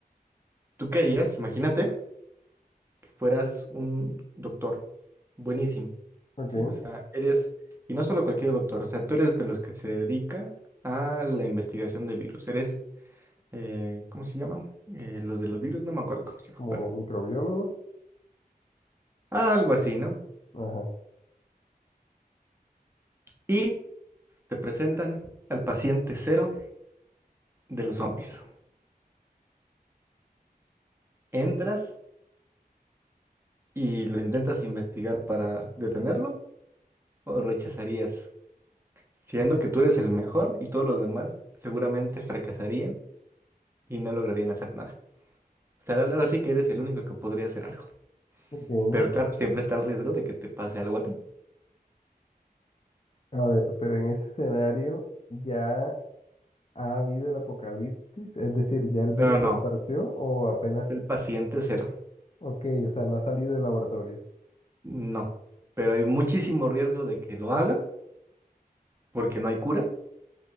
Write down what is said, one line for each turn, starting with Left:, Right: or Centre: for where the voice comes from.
Right: ¿tú qué harías? Imagínate que fueras un doctor, buenísimo,
Left: Ok,
Right: ¿sí? O sea, eres, y no solo cualquier doctor, o sea, tú eres de los que se dedica a la investigación de virus, eres eh, ¿cómo se llama? Eh, los de los virus, no me acuerdo cómo se llama.
Left: como
Right: Bueno,
Left: microbiólogos.
Right: algo así, ¿no?
Left: Ajá.
Right: Y te presentan al paciente cero de los zombies. ¿Entras y lo intentas investigar para detenerlo o rechazarías? Siendo que tú eres el mejor y todos los demás seguramente fracasarían y no lograrían hacer nada. O sea, ahora sí que eres el único que podría hacer algo.
Left: Ok.
Right: Pero claro, siempre está el riesgo de que te pase algo a ti.
Left: A ver, pero en ese escenario ya ha habido el apocalipsis, es decir, ya el virus
Right: No, no, no,
Left: se esparció o apenas,
Right: es el paciente cero.
Left: ok, o sea, no ha salido del laboratorio.
Right: No, pero hay muchísimo riesgo de que lo haga porque no hay cura